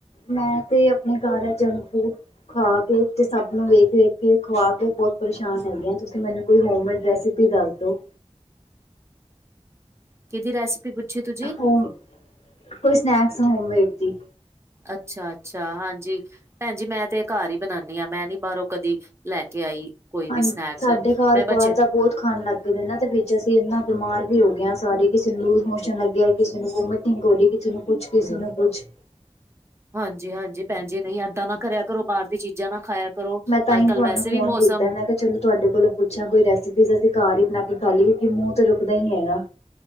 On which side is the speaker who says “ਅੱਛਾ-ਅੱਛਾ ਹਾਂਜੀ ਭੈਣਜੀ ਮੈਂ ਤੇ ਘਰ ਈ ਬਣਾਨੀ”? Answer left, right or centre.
Right